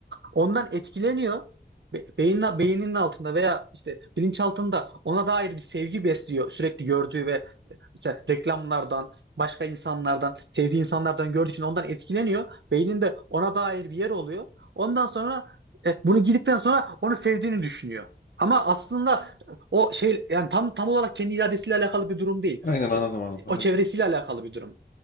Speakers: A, on the right (about 75°); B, on the left (about 50°).
A: ondan etkileniyor. Be- Beynin, beyninin altında veya işte bilinçaltında ona dair bir sevgi besliyor sürekli gördüğü ve işte reklamlardan, başka insanlardan, sevdiği insanlardan gördüğü için ondan etkileniyor. Beyninde ona dair bir yer oluyor. Ondan sonra e, bunu girdikten sonra onu sevdiğini düşünüyor. Ama aslında o şey yani tam tam olarak kendi iradesiyle alakalı bir durum değil.
B: Aynen
A: O,
B: anladım abi.
A: o çevresiyle alakalı bir durum.